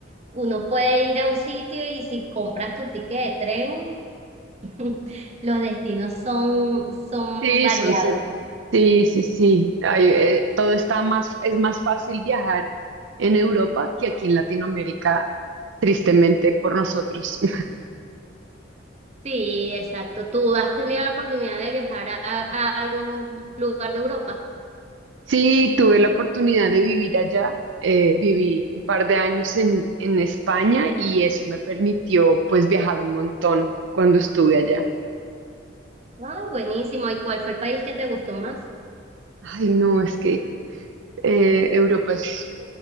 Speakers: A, on the right; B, on the right.
A: uno puede ir a un sitio y si compras tu ticket de tren, <laughs> los destinos son, son
B: sí,
A: variados.
B: son Sí, sí, sí. Ay, eh, todo está más, es más fácil viajar en Europa que aquí en Latinoamérica, tristemente por nosotros. <laughs>
A: Sí, exacto. ¿Tú has tenido la oportunidad de viajar a, a algún lugar de Europa?
B: Sí, tuve la oportunidad de vivir allá. eh, viví un par de años en, en España y eso me permitió pues viajar un montón cuando estuve allá.
A: Ah, buenísimo. ¿Y cuál fue el país que te gustó más?
B: Ay, no, es que eh, Europa es,